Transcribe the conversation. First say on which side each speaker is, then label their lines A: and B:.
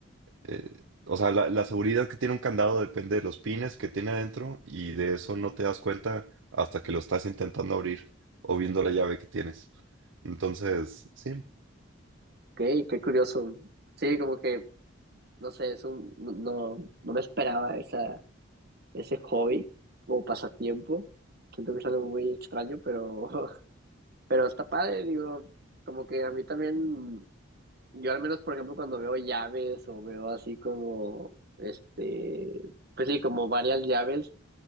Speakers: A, on the right; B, on the right.
A: eh, o sea, la, la seguridad que tiene un candado depende de los pines que tiene adentro y de eso no te das cuenta hasta que lo estás intentando abrir o viendo la llave que tienes. Entonces, sí,
B: Ok, qué curioso. Sí, como que No sé, es un, no, no no me esperaba esa, ese hobby o pasatiempo. Siento que es algo muy extraño, pero, <laughs> pero está padre, digo, como que a mí también, yo al menos, por ejemplo, cuando veo llaves o veo así como, este, pues sí, como varias llaves,